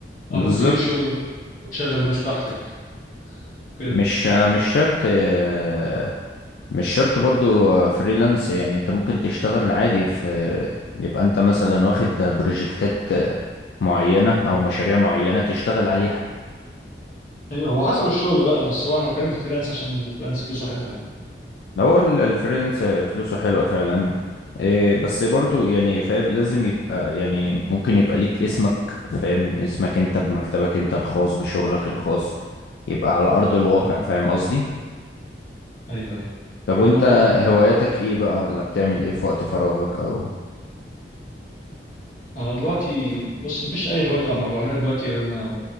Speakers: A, on the left; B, on the left.
A: بالظبط
B: أو ممكن تجيب شغل وتشغّل ناس تحتك كده.
A: مش مش شرط آه، مش شرط برضو آه، فريلانس يعني انت ممكن تشتغل عادي في يبقى انت مثلا واخد بروجكتات آه، معينة او مشاريع معينة تشتغل عليها
B: أيوه، هو حسب الشغل بقى، بس هو أنا باتكلّم في الfreelance عشان الfreelance فلوسه حلوة يعني.
A: هو ال- الفريلانس آه، فلوسه حلوة فعلا إيه، بس برضو يعني فاهم لازم يبقى يعني ممكن يبقى ليك اسمك فاهم اسمك انت بمكتبك انت الخاص بشغلك الخاص يبقى على ارض الواقع
B: إمم.
A: فاهم قصدي
B: أيوه، أيوه.
A: طب
B: والما
A: وانت
B: برضه
A: هواياتك ايه بقى ولا بتعمل ايه في وقت فراغك او
B: أنا دلوقتي بُص، ما فيش أي هوايات د باعملها دلوقتي غير إن أنا